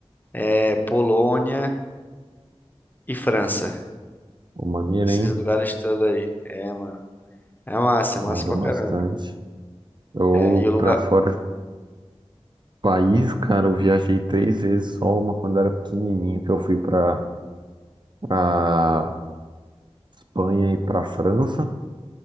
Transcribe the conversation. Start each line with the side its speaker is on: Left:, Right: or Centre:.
Left: é, Polônia e França.
Right: O Maneiro,
Left: Esses
Right: hein?
Left: lugares todos aí. É, mano. É massa, é massa
Right: Viajou
Left: pra
Right: bastante.
Left: caramba.
Right: Eu,
Left: É, e o lugar.
Right: pra fora do país, cara, eu viajei três vezes só, uma quando era pequenininho, que eu fui pra, pra Espanha e pra França.